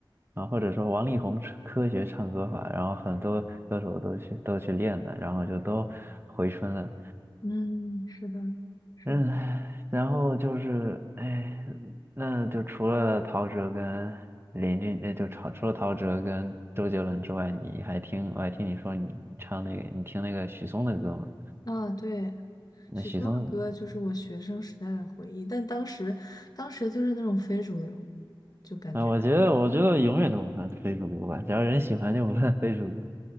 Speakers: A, on the right (about 25°); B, on the left (about 50°).
A: 然后或者说王力宏科学唱歌法，然后很多歌手都去都去练了，然后就都回春了。
B: 嗯，是的，是的
A: 嗯，然后就是，哎，那就除了陶喆跟林俊，那就除除了陶喆跟周杰伦之外，你还听，我还听你说你你唱那个，你听那个许嵩的歌吗？
B: 啊，对，许嵩的歌就是我学生时代的回忆，
A: 那许嵩，
B: 但当时，当时就是那种非主流，就感觉
A: 啊，我觉得，我觉得永远都不算非主流吧，只要人喜欢就不算非主流。